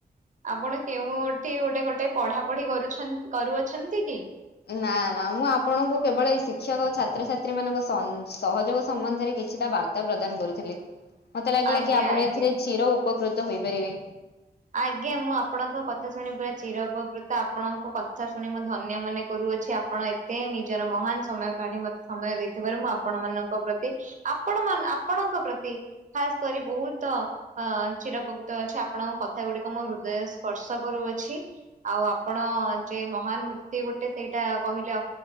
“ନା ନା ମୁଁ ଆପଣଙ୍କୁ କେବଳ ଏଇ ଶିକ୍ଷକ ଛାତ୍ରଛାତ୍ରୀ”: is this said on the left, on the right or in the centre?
Left